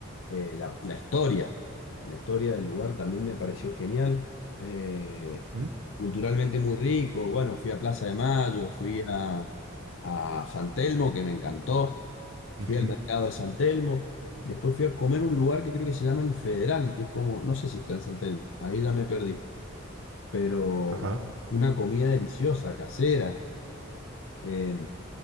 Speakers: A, on the left (about 65°); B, on the right (about 75°).
A: eh, la, la historia, la historia del lugar también me pareció genial. eh,
B: ujú,
A: culturalmente muy rico. Bueno, fui a Plaza de Mayo, fui a, a San Telmo, que me encantó. Fui
B: ujú.
A: al mercado de San Telmo. Después fui a comer un lugar que creo que se llama El Federal, que es como, no sé si está en San Telmo, ahí ya me perdí. Pero
B: Ajá.
A: una comida deliciosa, casera. Eh,